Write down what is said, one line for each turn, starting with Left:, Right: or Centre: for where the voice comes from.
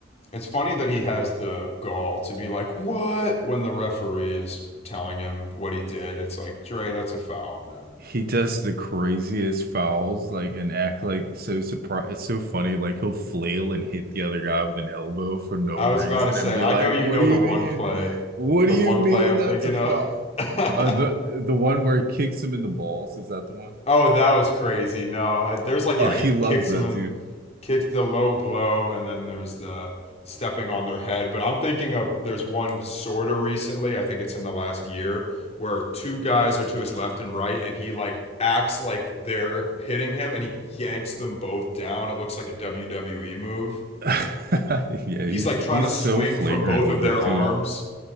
Left: It's funny that he has the gall to be like, "What?" when the referee is telling him what he did. It's like, "Dre, that's a foul, man."
Right: He does the craziest fouls, like, and act like so surprised. It's so funny. Like, he'll flail and hit the other guy with an elbow for no
Left: I
Right: reason
Left: was about to say,
Right: and be
Left: I
Right: like,
Left: know you
Right: What
Left: know
Right: do
Left: the
Right: you
Left: one
Right: mean?
Left: play,
Right: What
Left: the
Right: do you
Left: one
Right: mean
Left: play I'm
Right: that's
Left: thinking
Right: a foul?
Left: of. <laughs>
Right: Uh, the the one where he kicks him in the balls, is that the one?
Left: Oh, that was crazy. No, I- there's like
Right: Oh,
Left: yeah,
Right: he
Left: he
Right: loves
Left: kicks
Right: that
Left: him and
Right: too.
Left: kicks the low blow, and then there's the stepping on their head. But I'm thinking of there's one sort of recently. I think it's in the last year where two guys are to his left and right, and he like acts like they're hitting him, and he yanks them both down. It looks like a WWE move.
Right: <laughs> Yeah,
Left: He's
Right: he's
Left: like trying
Right: he's
Left: to swing
Right: so flagrant
Left: from both
Right: with
Left: of their
Right: it
Left: arms,
Right: too.